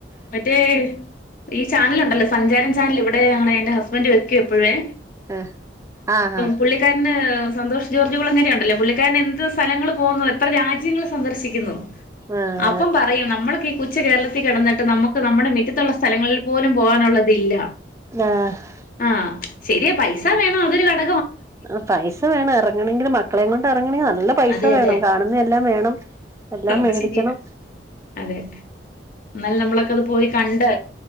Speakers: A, on the left; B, on the right.
A: മറ്റേ ഈ ചാനല് ഉണ്ടല്ലോ സഞ്ചാരം ചാനല് ഇവടെ ആണ് എൻ്റെ ഹസ്ബന്റ് വെക്കും എപ്പൊഴേ
B: ആഹ് ആഹ്
A: പുള്ളിക്കാരന് സന്തോഷ് ജോർജ് കുളങ്ങരെ ഉണ്ടല്ലോ പുള്ളിക്കാരന് എന്ത് സ്ഥലങ്ങള് പോകുന്നു എത്ര രാജ്യങ്ങള് സന്ദർശിക്കുന്നു
B: ആഹ്
A: അപ്പം പറയും നമ്മളൊക്കെ ഈ കൊച്ച് കേരളത്തി കെടന്നിട്ട് നമ്മു ക്ക് നമ്മുടെ മിറ്റത്തുള്ള സ്ഥലങ്ങളിൽ പോലും പോവാനുള്ള ഇതില്ല
B: അതെ ആഹ്
A: ആഹ് ശെരിയാ പൈസ വേണം അതൊരു കട
B: ആഹ് പൈസ വേണം എറങ്ങണെങ്കിലും മക്കളെം കൊണ്ട് എറങ്ങണെങ്കി നല്ല പൈസ
A: അതെ
B: വേണം,
A: അതെ
B: കാണുന്ന എല്ലാം വേണം എല്ലാം
A: അത്
B: മേടിക്കണം
A: ശരിയാ അതെ, എന്നാലും നമ്മളൊക്കെ അത് പോയി കണ്ട്